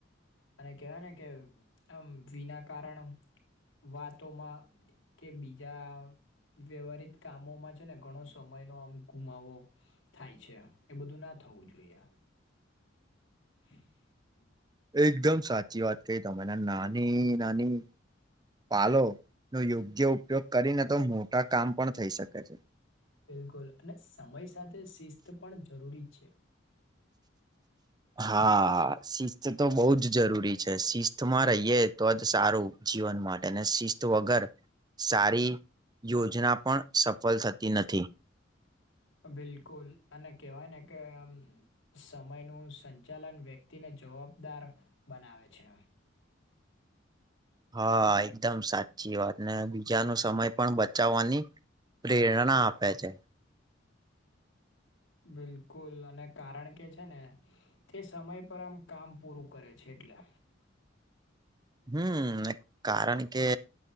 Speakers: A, on the left; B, on the right.
A: અને કહેવાય ને કે આમ વિના કારણ વાતોમાં કે બીજા વ્યવહારિત કામોમાં છે ને ઘણો સમય નો આમ ગુમાવો થાય છે એ બધું ના થવું જોઈએ હ <inaudible> <unintelligible>
B: એકદમ સાચી વાત કહી તમે નાની નાની પાાલો નો યોગ્ય ઉપયોગ કરીને તો મોટા કામ પણ થઈ શકે છે
A: બિલકુલ અને સમય સાથે શિસ્ત પણ જરૂરી છે
B: હા શિસ્ત તો બહ જ જરૂરી શિસ્ત માં રહીએ તો જ સારું જીવન માટે અને શિસ્ત વગર સારી યોજના પણ સફળ થતી નથી.
A: બિલકુલ અને કેવાય ને કે આમ સમયનું સંચાલન વ્યક્તિને જવાબદાર બનાવે છે
B: હા એકદમ સાચી વાત ને બીજા ન સમય પણ બચાવવાની પ્રેરણાણા આપે છે
A: બિલકુલ અને કારણ કે છે ને તે સમય પર આમ કામ પૂરું કરે છે એટલે
B: હમ કારણ કે